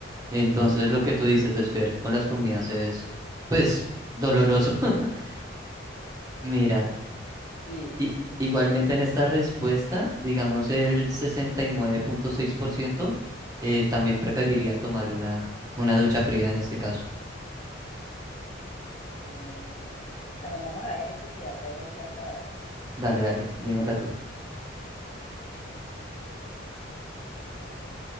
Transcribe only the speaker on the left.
Sí,
bien chévere. Bueno, vamos a ver si tú ya te hago otra para ver.
Déjame ver aquí.